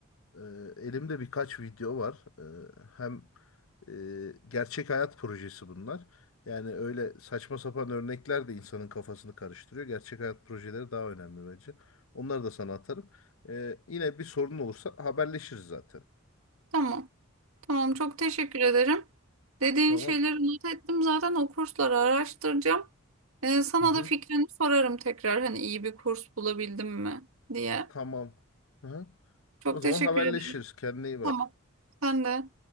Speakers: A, on the left; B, on the right.
A: Ee, elimde birkaç video var. Ee, hem e, gerçek hayat projesi bunlar. Yani öyle saçma sapan örnekler de insanın kafasını karıştırıyor. Gerçek hayat projeleri daha önemli bence. Onları da sana atarım. Ee, yine bir sorun olursa haberleşiriz zaten.
B: Tamam. Tamam çok teşekkür ederim. Dediğin
A: Tamam.
B: şeyleri not ettim. Zaten o kursları araştıracağım. Ee, sana
A: Hı hı.
B: da fikrini sorarım tekrar hani iyi bir kurs bulabildim mi diye.
A: Tamam. Hı hı.
B: Çok
A: O zaman
B: teşekkür
A: haberleşiriz.
B: ederim.
A: Kendine iyi bak.
B: Tamam. Sen de.